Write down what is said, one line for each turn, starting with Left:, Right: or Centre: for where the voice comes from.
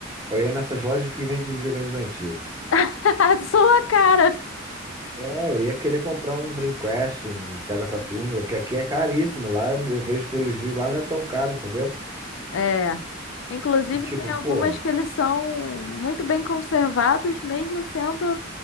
Right: Eu ia nessas lojas que vendem videogames antigos.
Left: <laughs> Sua cara.
Right: É, eu ia querer comprar um Dreamcast, um Sega Saturno, que aqui é caríssimo. Lá eu vejo pelos vídeos, lá não é tão caro, entendeu?
Left: É. Inclusive,
Right: E tipo,
Left: tem
Right: pô,
Left: algumas que eles são muito bem conservados, mesmo sendo